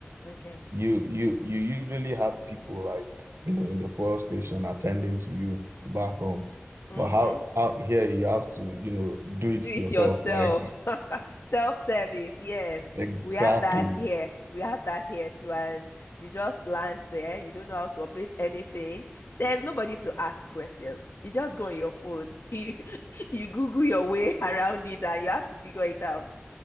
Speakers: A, on the left (about 60°); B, on the right (about 75°).
A: Okay.
B: you you you usually have people like you know in the fuel station attending to you back home
A: Mm-hmm.
B: but how out here you have to you know do it
A: do it
B: yourself
A: yourself.
B: like
A: <laughs> Self-service, yes.
B: <laughs> exactly
A: We have that here. We have that here too. And you just land there. You don't know how to operate anything. There's nobody to ask questions. You just go on your phone. <laughs> You, you Google your way <laughs> around it and you have to figure it out.